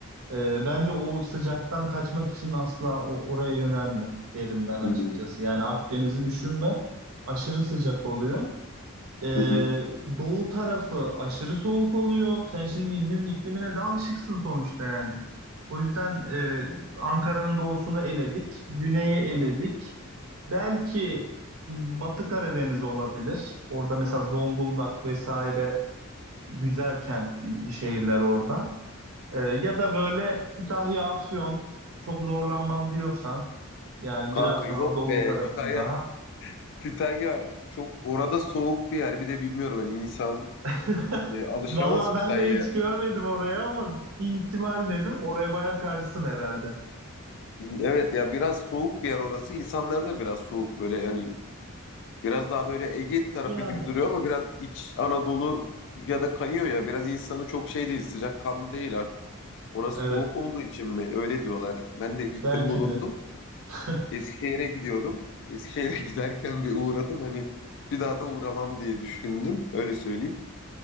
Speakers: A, on the right; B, on the left.
A: Ee, bence o sıcaktan kaçmak için asla o, oraya yönelme derim ben açıkçası.
B: Hı hı.
A: Yani Akdeniz'i düşünme. Aşırı sıcak oluyor. Ee,
B: Hı hı.
A: doğu tarafı aşırı soğuk oluyor. Sen şimdi İzmir'in iklimine de alışıksın sonuçta yani. O yüzden e, Ankara'nın doğusunu eledik. Güneyi eledik. Belki Batı Karadeniz olabilir. Orada mesela Zonguldak vesaire güzel kent şehirler orada. Ee, ya da böyle Kütahya, Afyon çok zorlanmam diyorsan yani
B: Kanka
A: biraz
B: yok
A: daha doğu
B: be.
A: tarafında.
B: Kütahya Kütahya çok orada soğuk bir yer. Bir de bilmiyorum hani insan
A: <laughs>
B: e, alışamaz
A: Vallahi
B: Kütahya'ya.
A: ben de hiç görmedim orayı ama bir ihtimal dedim. Oraya bayağı karşısın herhalde.
B: Evet ya biraz soğuk bir yer orası. İnsanlar da biraz soğuk böyle yani biraz daha böyle Ege tarafı
A: Yani
B: gibi duruyor ama biraz iç Anadolu ya da kayıyor ya. Biraz insanı çok şey değil, sıcakkanlı değil artık. Orası
A: evet
B: soğuk olduğu için mi? Öyle diyorlar. Ben de gittim
A: belki
B: bulundum.
A: de. <laughs>
B: Eskişehir'e gidiyordum. Eskişehir'e <laughs> giderken bir uğradım. Hani bir daha da uğramam diye düşündüm. Öyle söyleyeyim.